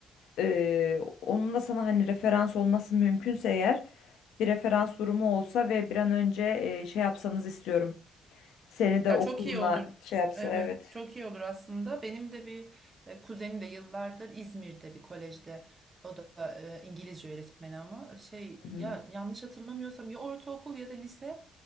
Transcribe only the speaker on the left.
ee, onun da sana hani referans olması mümkünse eğer bir referans durumu olsa ve bir an önce e, şey yapsanız istiyorum. Seni de
okuluna
şey yapsa
evet.
Hı
hı.